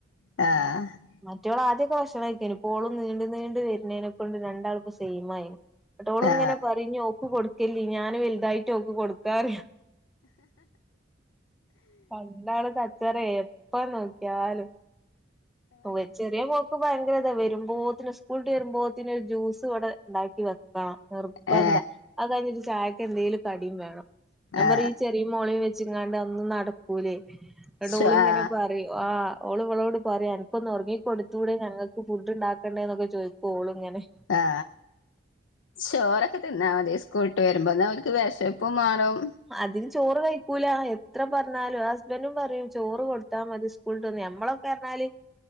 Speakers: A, on the left; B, in the centre.
A: ആഹ്
B: മറ്റോള് ആദ്യക്കെ ഭക്ഷണം കഴിക്കോയിനി, ഇപ്പോളും നീണ്ടു നീണ്ട് വരുന്നേതിനെ ക്കൊണ്ട് രണ്ടാൾപ്പ സെയിം ആയി. ഇങ്ങട്ടോള്
A: ആ
B: ഇങ്ങനെ
A: ആ
B: പറയും ഇഞ്ഞി ഓൾക് കൊടുക്കല്ലി ഞാന് വലുതായിട്ട് ഓൾക്ക് കൊടുക്കാന്നറിയും. രണ്ടാളും കച്ചറെ എപ്പ നോക്കിയാലും. ഓഹ് ചെറിയ മോക്ക് ഭയങ്കര ഇതാ വരുമ്പോത്തിന് സ്കൂള്ട്ട് വരുമ്പോത്തിന് ഒരു ജ്യൂസ് ഇവിടെ ഉണ്ടാക്കി വെക് ക്കണം നിർബന്ധ.
A: ഏ
B: അത് കഴിഞ്ഞിട്ട് ചായക്ക് എന്തെലും കടിയും വേണം. ഞാൻ
A: ആ
B: പറയും ഈ ചെറിയ മോളേയും വെച്ചങ്ങാണ്ട് അതൊന്നും നടക്കൂലേ ഇങ്ങട്ട്
A: ശോ
B: ഓള്ങ്ങനെ
A: ആ
B: പറ ആഹ് ഓള് ഇവളോട് പറയാ അനക്കൊന്ന് ഉറങ്ങി കൊടുത്തൂടെ ഞങ്ങൾക്ക് ഫുഡ് ഇണ്ടാക്കണ്ടെ ചോയിക്കും ഒള് ഇങ്ങനെ ഇങ്ങനെ.
A: ആ ചോറൊക്കെ തിന്നാ മതി സ്കൂള്ട്ട് വരുമ്പോ ഇന്നാ ഓല്ക്ക് വെഷപ്പും മാറും.
B: അതിന് ചോറ് വെയ്ക്കൂല എത്ര പറഞ്ഞാലും ഹസ്ബൻറ്റും പറയും ചോറ് കൊടുത്താ മതി സ് സ്കൂളട്ട്ന്നാ ഞമ്മളെക്കെഞ്ഞാല്